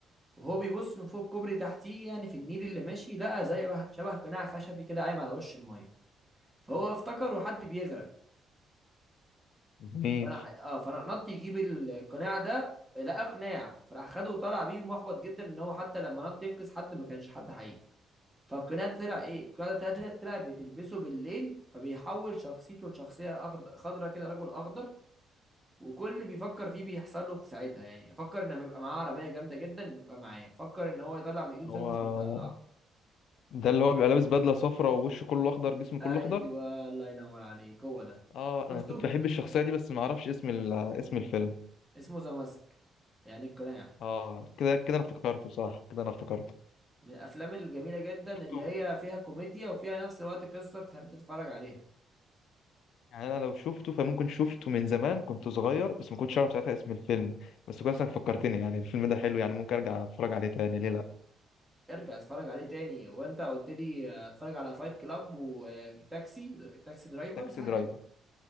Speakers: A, on the right; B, on the left.
A: وهو بيبص من فوق الكوبري تحتيه يعني في النيل اللي ماشي لقى زي بح- شبه قناع خشبي كده قايم على وش الميه فهو افتكر حد بيغرق
B: جميل
A: فانا ح... اه فانا نط يجيب القناع ده لقى قناع فراح خده وطلع بيه محبط جدا ان هو حتى لما نط ينقذ حد ما كانش حد حقيقي فالقناع ده طلع ايه القناع ده طلع طلع بتلبسه بالليل فبيحول شخصيته لشخصيه أخض... خضرة كده رجل اخضر وكل اللي بيفكر فيه بيحصل له في ساعتها يعني فكر ان بيبقى معاه عربيه جامده جدا بيبقى معاه فكر ان هو يطلع من ايده مسدس
B: هو
A: بيطلع
B: ده اللي هو بيبقى لابس بدله صفراء ووشه كله اخضر جسمه كله
A: ايوه
B: اخضر
A: الله ينور عليك هو ده
B: اه
A: شفته
B: انا كنت بحب الشخصيه دي بس ما اعرفش اسم ال... اسم الفيلم
A: اسمه ذا ماسك يعني القناع
B: اه كده كده انا افتكرته صح كده انا افتكرته
A: من الافلام الجميله جدا
B: شفته
A: اللي هي فيها كوميديا وفيها نفس الوقت قصه تحب تتفرج عليها
B: يعني انا لو شفته فممكن شفته من زمان كنت صغير بس ما كنتش اعرف ساعتها اسم الفيلم بس كويس انك فكرتني يعني الفيلم ده حلو يعني ممكن ارجع اتفرج عليه تاني ليه لا
A: ارجع اتفرج عليه تاني وانت قلت لي آه، اتفرج على فايت كلاب وتاكسي تاكسي درايفر
B: تاكسي
A: صح
B: درايفر
A: كده